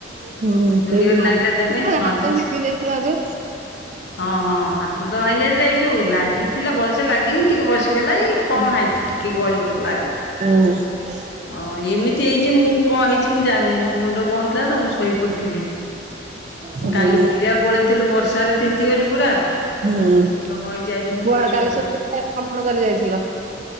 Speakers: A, on the right; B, on the left.
A: ହୁଁ
B: ଦୋଳି
A: ହେଲୁ
B: ଗୋଟେ
A: ମାଲ
B: ନାଗିଲା ତା ପାଇଁ ହଁ
A: ହାତ
B: ଠିକ୍
A: ଭାଙ୍ଗିଦେଇଥିଲା
B: ସେ
A: ଏବେ
B: ହଁ ହଁ ହାତ ତ ଭାଙ୍ଗ ଯାଇଥିଲା ଏଇ ଯୋଉ ଲାଗିଥିଲା ଭଲସେ ଲାଗିନି ଟିକେ ବସିଗଲା ଏଇ କମ୍ ହାଇଟ ଟିକେ ଗଳି ପଡିଥିଲା ଆଉ।
A: <inaudible>
B: ଅଁ ଏମିତି ହେଇଚି ମୁଁ କଣ ହେଇଚି ମୁଁ ଜାଣିନି ମୋ ମୁଣ୍ଡ ହଉଥିଲା ତ ମୁଁ ଶୋଇପଡିଥିଲି।
A: ହୁଁ
B: କାଲି ବୁଲିବାକୁ ପଳେଇଥିଲୁ ବର୍ଷରେ ତିନ୍ତିଗଲି ପୁରା
A: ହୁଁ
B: ଆଉ ମୁ ମୁଣ୍ଡ କଣ ହେଇଛି ଆଜି ମୁଁ
A: କୁଆଡେ
B: ଟିକେ ଶୋଇପଇଲି
A: କାଲି ସବୁ ଭ୍ରମଣ କରି ଯାଇଥିଲ?